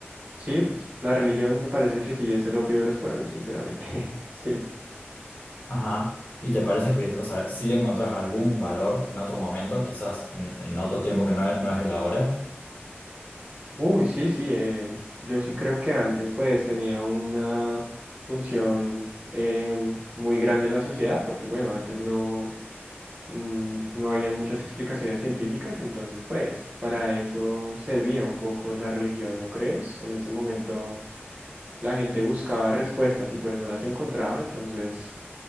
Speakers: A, on the right; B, on the left.
A: Sí, pues la religión me parece que sí es el opio de los pueblos, sinceramente, <laughs> sí.
B: Ajá. ¿Y te parece que, o sea, si le encontrás algún valor en otro momento, quizás en, en otro tiempo que no, es- no es el ahora?
A: Uy, sí, sí, eh, yo sí creo que antes pues tenía una función em, muy grande en la sociedad, porque bueno, antes no, mm, no habían muchas explicaciones científicas, entonces pues para eso servía un poco la religión, ¿no crees? En ese momento la gente buscaba respuestas y pues no las encontraba, entonces,